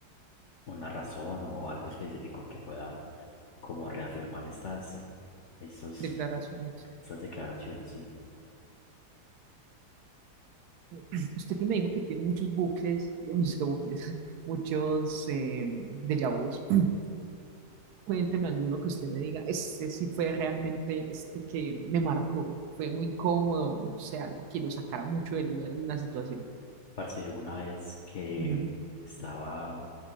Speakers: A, on the left (about 60°); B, on the right (about 75°).
A: una razón o algo específico que pueda como reafirmar estas, estos,
B: declaraciones?
A: estas declaraciones. sí.
B: <clears throat> Usted que me dijo que tiene muchos bucles, no sé qué bucles, <laughs> muchos eh, déjà vus. <clears throat> Cuénteme alguno que usted me diga, ese sí fue realmente este que me marcó, fue muy incómodo, no sé, algo que lo sacara mucho del lugar en una situación.
A: Parce, una vez que
B: Ujú,
A: estaba